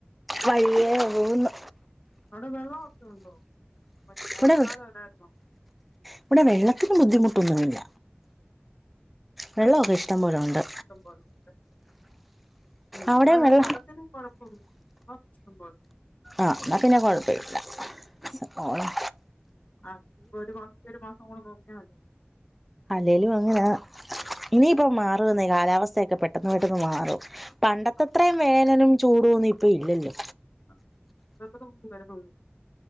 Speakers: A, in the centre; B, on the left.
A: വഴിയേ പോകുന്നു
B: അവിടെ വെള്ളമൊക്കെ ഉണ്ടോ വേനൽക്കാലം
A: ഇവിടെ
B: ഉണ്ടായിരുന്നോ.
A: ഇവിടെ വെള്ളത്തിന് ബുദ്ധിമുട്ടൊന്നുമില്ല വെള്ളമൊക്കെ ഇഷ്ടം പോലെ ഉണ്ട്.
B: ഇഷ്ടം പോലെ ഉണ്ട് നമ്മളെ
A: അവിടെ
B: ഇവിടെ
A: വെള്ളം
B: വെള്ളത്തിന് കുഴപ്പൊ ഉം വെള്ളം ഉണ്ട് ഇഷ്ടം പോലെ.
A: ആഹ് എന്നാൽ പിന്നെ കുഴപ്പമില്ല ഓഹ്
B: ആഹ് ഇപ്പൊ ഒരു മാസം ഒരു മാസം കൂടെ നോക്കിയാൽ മതിയലോ
A: അല്ലേലും അങ്ങനെയാ ഇനിയിപ്പോ മാറുന്നേ കാലാവസ്ഥയൊക്കെ പെട്ടെന്ന് പെട്ടെന്ന് മാറും പണ്ടത്തത്രയും
B: അത്
A: വേനലും ചൂടും ഒന്നും ഇപ്പൊ ഇല്ലല്ലോ
B: <unintelligible>